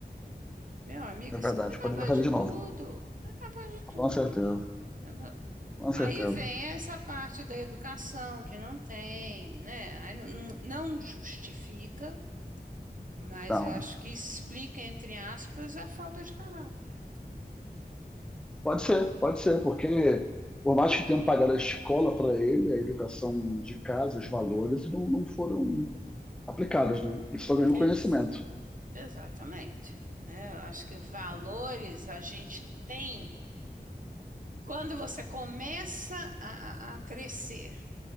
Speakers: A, on the right; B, in the centre.
A: Meu amigo,
B: é verdade.
A: esse cara é capaz
B: Poderia fazer
A: de
B: de
A: tudo,
B: novo.
A: é capaz de tudo.
B: Com certeza,
A: entendeu?
B: com
A: Aí
B: certeza.
A: vem essa parte da educação que não tem, né? Aí não, não não justifica Mas
B: Então,
A: eu acho que explica, entre aspas, a falta de caráter.
B: pode ser, pode ser, porque por mais que tenham pagado a escola para ele, a educação de casa, os valores, não, não foram aplicados, né? Ele só ganhou
A: Ex-
B: conhecimento.
A: exatamente. né? Eu acho que valores a gente tem quando você começa a, a- a crescer.